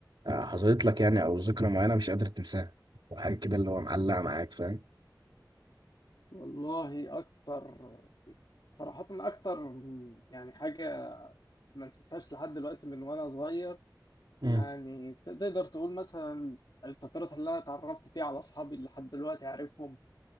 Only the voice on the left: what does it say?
والله أكتر صراحة أكتر يعني حاجة ما نسيتهاش لحد دلوقتي من وأنا صغير
يعني تقدر تقول مثلا الفترات اللي انا اتعرفت فيها على اصحابي اللي لحد دلوقتي عارفهم